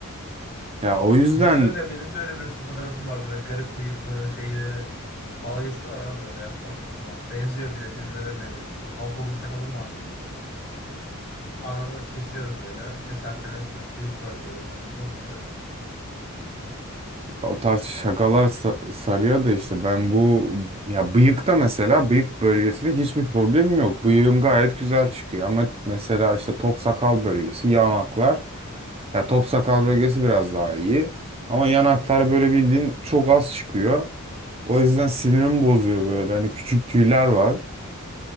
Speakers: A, on the right; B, on the left.
A: Ya o yüzden
B: Benim de öyle, benim de öyle bir sürü fotoğrafım var böyle garip bıyıklı şeyle. Dalga geçiyorlar abi öyle atlattığı zaman. Benziyor bir de birilerine benzetiyor. Hulk sakalım vardı benim böyle. Anında kesiyorum böyle. Keserken yapıyorum. Büyük bırakıyorum. Öyle güzel oluyor.
A: o tarz şakalar sa- sarıyor da işte ben bu ya bıyıkta mesela bıyık bölgesinde hiçbir problemim yok. Bıyığım gayet güzel çıkıyor ama mesela işte top sakal bölgesi, yanaklar. Ya top sakal bölgesi biraz daha iyi ama yanaklar böyle bildiğin çok az çıkıyor. O yüzden sinirim bozuyor böyle. Hani küçük tüyler var.